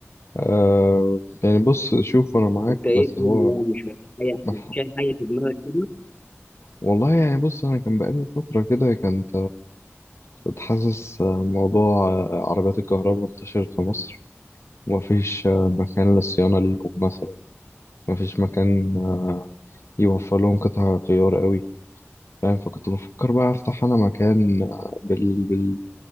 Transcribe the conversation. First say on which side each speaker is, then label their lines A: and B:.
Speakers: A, on the left (about 70°); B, on the left (about 30°).
A: آه يعني بص شوف أنا معاك
B: انت ايه
A: بس
B: الدنيا
A: هو
B: يعني مش مفيش حاجه
A: مح-
B: مفيش اي حاجه في دماغك كده
A: والله يعني بص أنا كان بقالي فترة كده كانت كنت حاسس آه، موضوع آه، عربيات الكهرباء انتشرت في مصر ومفيش آه، مكان للصيانة ليهم مثلا مفيش مكان آه، يوفر لهم قطع غيار قوي فاهم فكنت بفكر بقى أفتح أنا مكان آه، بال... بال...